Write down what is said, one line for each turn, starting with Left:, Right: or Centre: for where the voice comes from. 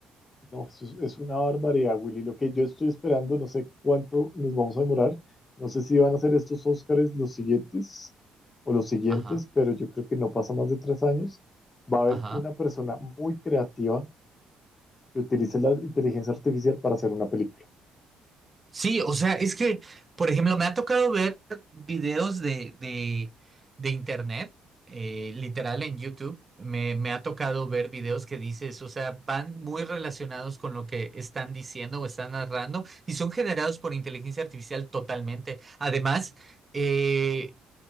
Left: no, eso es, es una barbaridad, Willy. Lo que yo estoy esperando, no sé cuánto nos vamos a demorar. No sé si van a ser estos Óscares los siguientes o los siguientes,
Right: ajá,
Left: pero yo creo que no pasa más de tres años. Va a haber
Right: ajá.
Left: una persona muy creativa que utilice la inteligencia artificial para hacer una película.
Right: Sí, o sea, es que, por ejemplo, me ha tocado ver videos de, de, de internet, eh, literal en YouTube. Me, me ha tocado ver videos que dices, o sea, van muy relacionados con lo que están diciendo o están narrando y son generados por inteligencia artificial totalmente. Además, eh,